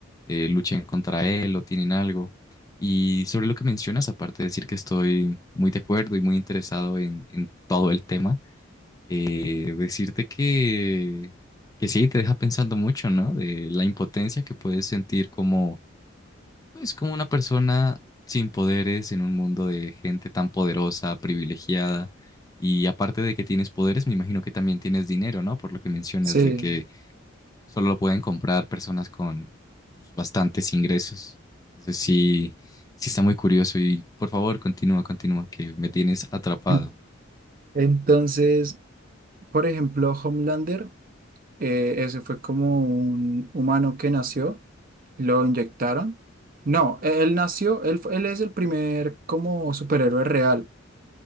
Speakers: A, on the left (about 20°); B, on the right (about 45°).
A: eh, luchen contra él o tienen algo. Y sobre lo que mencionas, aparte de decir que estoy muy de acuerdo y muy interesado en, en todo el tema, eh, decirte que, que sí, te deja pensando mucho, ¿no? De la impotencia que puedes sentir como, pues, como una persona sin poderes en un mundo de gente tan poderosa, privilegiada. Y aparte de que tienes poderes, me imagino que también tienes dinero, ¿no? Por lo que mencionas
B: Sí.
A: de que solo lo pueden comprar personas con pues, bastantes ingresos. Entonces sí, sí está muy curioso y por favor, continúa, continúa, que me tienes atrapado.
B: <laughs> Entonces, por ejemplo, Homelander. eh, ese fue como un humano que nació, lo inyectaron. No, e- él nació, él, fu- él es el primer como superhéroe real